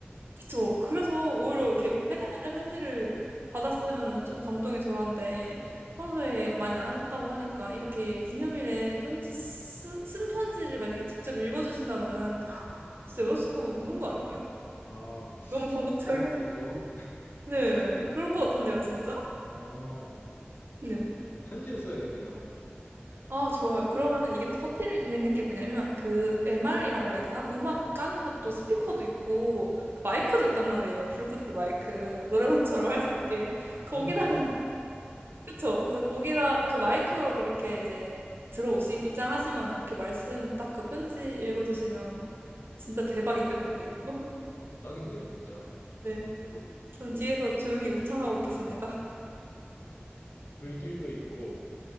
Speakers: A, on the right; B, on the left.
A: 그쵸. 그래서 오히려 이렇게 맨날 맨날 편지를 받았으면은 좀 감동이 덜한데 평소에 많이 안 하셨다고 하니까 이렇게 기념일에 편지 쓰, 쓴 편지를 만약에 직접 읽어주신다면은 진짜 여자친구 우는 거 아니에요?
B: 아
A: 너무 감동적이어서.
B: 그럴 수 있죠.
A: 네. 그럴 것 같은데요, 진짜?
B: 아 어,
A: 네.
B: 편지를 써야겠네요.
A: 아, 좋아요. 그러면은 이게 또 파티를 재밌는 게 뭐냐면 그 MR이라고 해야 되나? 음악 까는 것도 스피커도 있고 그 마이크도 있단 말이에요. 블루투스 마이크. 노래방처럼 할 수 있게.
B: 아 좋은
A: 거기다가
B: 거 많이
A: <laughs>
B: 있네요.
A: 그쵸? 그래서 거기다 그 마이크로 그렇게 이제 들어오시 입장하시면은 그렇게 말씀 딱 그 편지 읽어주시면 진짜 대박 이벤트인데요, 이거?
B: 아 딱인데요 진짜.
A: 네.
B: 그
A: 전 뒤에서 조용히 우창하고 있겠습니다. <laughs>
B: 불길도 있고